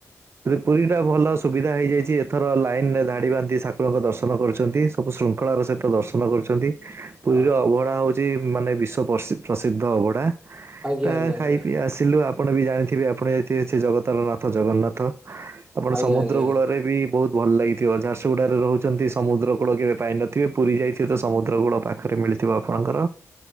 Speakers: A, on the right (about 50°); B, on the right (about 20°).
A: ପୁରୀ ଟା ଭଲ ସୁବିଧା ହେଇଯାଇଛି ଏଥର ଲାଇନ ରେ ଧାଡ଼ି ବାନ୍ଧି ଠାକୁରଙ୍କ ଦର୍ଶନ କରୁଛନ୍ତି। ସବୁ ଶୃଙ୍ଖଳାର ସହିତ ଦର୍ଶନ କରୁ ଛନ୍ତି ପୁରୀର
B: ଓହୋ
A: ଅବଢ଼ା ହଉଛି ମାନେ ବିଶ୍ଵ ପ୍ରସିଦ୍ଧ ଅବଢ଼ା।
B: ଆଜ୍ଞା
A: ତ
B: ଆଜ୍ଞା
A: ଖାଇ
B: ଆଜ୍ଞା
A: ପିଇ ଆସିଲୁ ଆ ଆପଣ ବି ଜାଣିଥିବେ ଆପଣ ଯାଇଥିବେ ସେ ଜଗତର ନାଥ ଜଗନ୍ନାଥ ଆପଣ
B: ଆଜ୍ଞା
A: ସମୁଦ୍ର
B: ଆଜ୍ଞା ଆଜ୍ଞା
A: କୂଳରେ ବି ବହୁତ ଭଲ ଲାଗିଥିବ ଝାରସୁଗୁଡ଼ାରେ ରହୁଛନ୍ତି ସମୁଦ୍ର କୂଳ କେବେ ପାଇ ନଥିବେ ପୁରୀ ଯାଇଥିବେ ତ ସମୁଦ୍ର କୂଳ ପାଖରେ ମିଳିଥିବ ଆପଣଙ୍କର